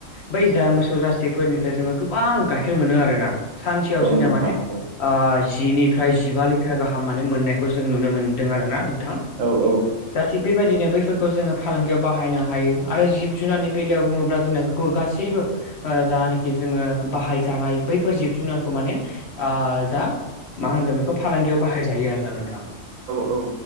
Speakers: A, on the left; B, on the right.
A: बै जा मोसौ जारसिफोरनिफ्राय जोङो गोबां गाइखेर मोनो आरोना। सानसेयाव
B: औ
A: जोंनिया
B: नोंथां
A: माने
B: नंगौ
A: ओ जिनिफ्राय जिबा लिटार गाहाम माने मोननायखौ जों नुनो मोन्दों आरो ना नोंथां।
B: औ औ
A: दा थिग बेबायदिनो बैफोरखौ जोङो फालांगियाव बाहायनो हायो आरो जिब जुनारनि बेलायाव बुङोब्ला जोंना खौ गासिबो ओ जानिखि जोङो बाहाय जानाय बैफोर जिब जुनारखौ माने ओ जा मा होनगोन बेखौ फालांगियाव बाहायजायो आरोना नोंथां।
B: औ